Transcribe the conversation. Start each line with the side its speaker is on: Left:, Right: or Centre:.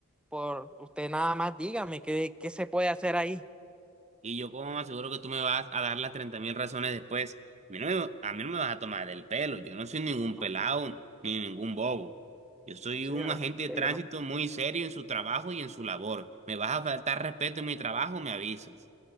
Centre: Por usted nada más dígame qué, qué se puede hacer ahí.
Right: Y yo como aseguro que tú me vas a dar las treinta mil razones después. A mí no me, a mí no me vas a tomar del pelo. Yo no soy ningún
Centre: No,
Right: pelado ni ningún bobo. Yo soy
Centre: señora,
Right: un agente de
Centre: yo
Right: tránsito
Centre: no
Right: muy serio en su trabajo y en su labor. Me vas a faltar respeto en mi trabajo, me avisas.